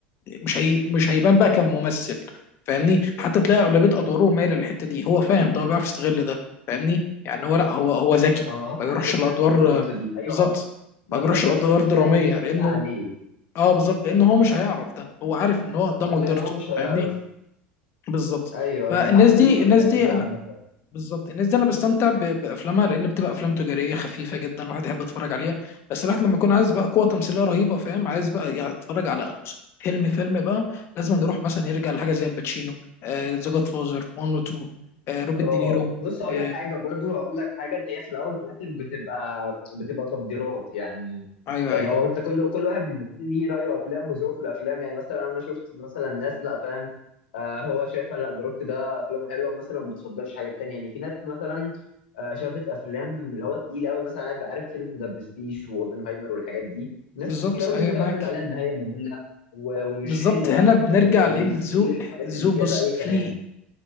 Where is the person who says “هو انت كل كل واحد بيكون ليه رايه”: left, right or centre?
Left